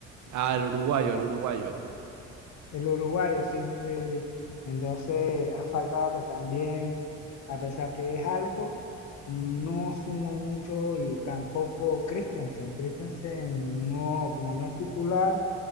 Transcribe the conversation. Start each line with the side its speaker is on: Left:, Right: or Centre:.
Right: Ah, el uruguayo, el uruguayo.
Left: El uruguayo, sí, sí, sí. sí. Entonces, ha faltado que también, a pesar que es alto, no sumó mucho y tampoco Christensen. Christensen no, como no es titular,